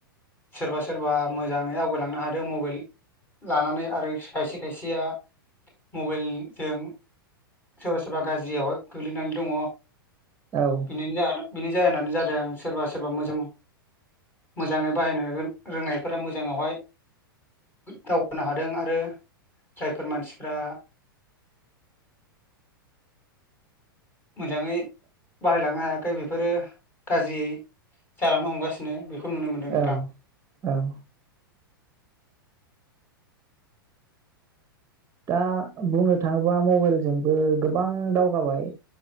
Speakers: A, on the left; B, on the right.
A: सोरबा सोरबा मोजाङै आवगायलांनो हादों मबाइल लानानै आरो खायसे खायसेया मबाइलजों सोरबा सोरबा गाज्रियावहाय गोग्लैनानै दङ
B: औ ओ
A: बिनिनो जाहोन बिनि जाहोनानो जा दों सोरबा सोरबा मोजां मोजाङै बाहायनो रो-रोंनायफोरा मोजाङावहाय दावगानो हादों आरो जायफोर मानसिफोरा मोजाङै बाहायलांनो हायाखै बेफोरो गाज्रियै जालांनो हमगासिनो बेख खौ नुनो मोन्दों नोंथां
B: औ औ दा बुंनो थाङोबा मबाइलजोंबो गोबां दावगाबाय